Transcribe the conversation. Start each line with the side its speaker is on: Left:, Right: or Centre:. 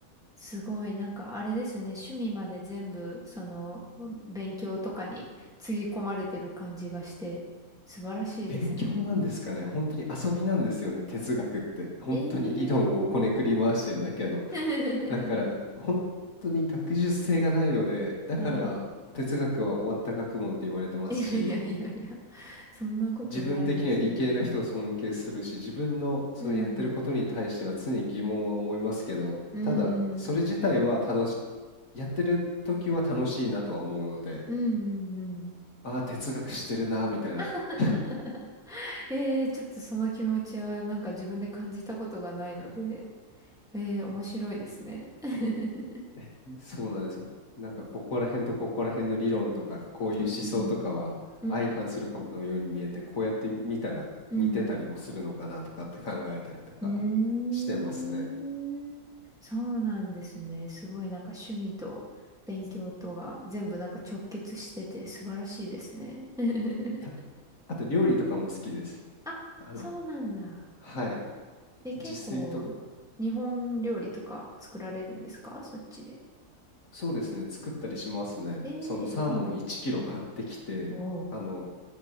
Centre: すごい。なんかあれですね。趣味まで全部、その、勉強とかにつぎ込まれてる感じがして、素晴らしいですね。
Left: 勉強なんですかね。本当に遊びなんですよね、哲学って。本当に理論をこねくり回してるだけの。
Centre: えー。<laughs>
Left: だから、本当に学術性がないので、だから哲学は終わった学問って言われてますし、
Centre: はい。いやいやいやいや、そんなことないですよ。
Left: 自分的には理系の人を尊敬するし、自分のそのやってることに対しては常に疑問は思いますけど、
Centre: うん、うん、
Left: ただそれ自体は楽し、やってる時は楽しいなとは思うので、
Centre: うん、うん、うん。
Left: ああ、哲学してるな、みたいな。
Centre: <laughs>
Left: <laughs>
Centre: ええ、ちょっとその気持ちはなんか自分で感じたことがないので、ええ、面白いですね。<laughs>
Left: え、そうなんですよ。なんかここら辺とここら辺の理論とか、こういう思想とかは相反するかのように見えて、
Centre: うんうん。う
Left: こうやって見たら似てたりもするのかなとかって考えたりとか
Centre: ん。うん。
Left: してますね。
Centre: うーん。そうなんですね。すごいなんか趣味と勉強とが全部なんか直結してて素晴らしいですね。<laughs>
Left: た、あと料理とかも好きです。
Centre: あ、
Left: あの、
Centre: そうなんだ。
Left: はい。
Centre: え、結構日本料理とか作られるんですかそっちで。
Left: 自炊とか、そうですね、作ったりしますね。
Centre: ええ、
Left: そのサーモン1キロ買ってきて、
Centre: 偉い。おう。
Left: あの、